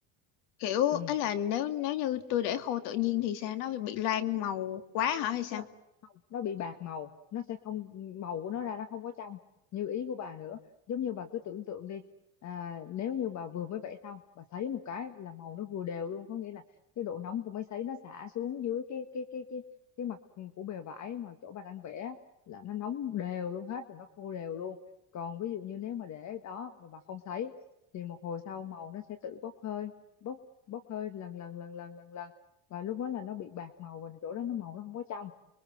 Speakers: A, on the left (about 70°); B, on the left (about 45°).
A: kiểu
B: ừ
A: ấy là nếu nếu như tôi để khô tự nhiên thì sao nó bị loang màu quá hả hay sao?
B: nó không nó bị bạc màu nó sẽ không màu của nó ra nó không có trong như ý của bà nữa giống như bà cứ tưởng tượng đi à, nếu như bà vừa mới vẽ xong bà sấy một cái là màu nó vừa đều luôn có nghĩa là cái độ nóng của máy sấy nó xả xuống dưới cái cái cái cái cái mặt của bề vải mà chỗ bà đang vẽ là nó nóng đều luôn hết rồi nó khô đều luôn còn ví dụ như nếu mà để đó mà bà không sấy thì một hồi sau màu nó sẽ tự bốc hơi bốc bốc hơi lần lần lần lần lần lần và lúc đó là nó bị bạc màu và chỗ đó nó màu nó không có trong